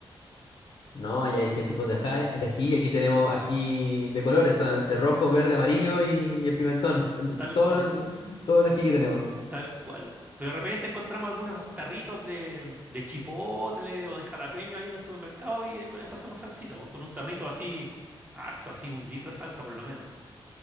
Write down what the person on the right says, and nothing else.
Tal
cual.
Tal cual. Pero de repente encontramos algunos tarritos de, de chipotle o de jalapeño ahí en el supermercado y eh, con eso hacemos salsita, pues con un tarrito así, harto, así un litro de salsa por lo menos.